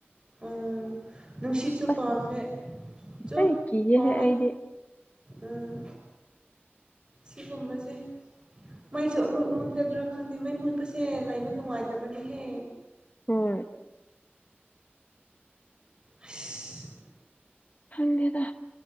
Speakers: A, on the right (about 25°); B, on the left (about 40°).
A: ꯎꯝ ꯅꯨꯡꯁꯤꯠꯁꯨ
B: ꯑꯁ
A: ꯄꯥꯝꯗꯦ ꯇꯨ
B: ꯑꯩ ꯀꯤꯌꯦꯍꯦ
A: ꯈꯣꯡꯉꯦ
B: ꯑꯩꯗꯤ
A: ꯑꯝ ꯁꯤꯒꯨꯝꯕꯁꯦ ꯃꯩꯁꯨ ꯑꯃꯨꯛ ꯃꯨꯠꯀꯗ꯭ꯔꯥ ꯈꯪꯗꯦ ꯃꯩ ꯃꯨꯠꯄꯁꯦ ꯂꯩꯕ ꯅꯨꯡꯉꯥꯏꯇꯕꯅꯤꯍꯦ
B: ꯍꯣꯏ
A: ꯑꯁ
B: ꯈꯪꯗꯦꯗꯥ